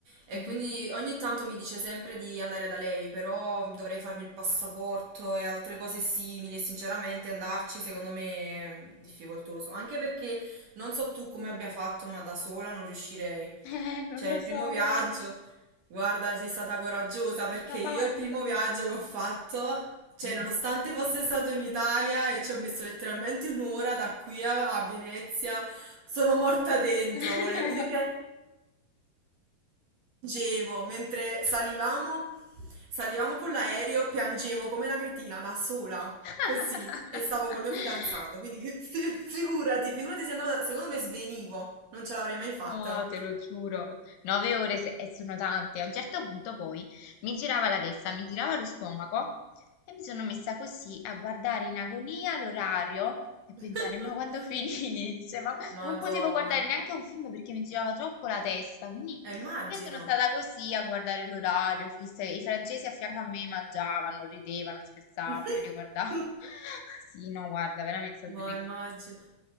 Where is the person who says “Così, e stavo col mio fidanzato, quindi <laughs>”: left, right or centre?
Right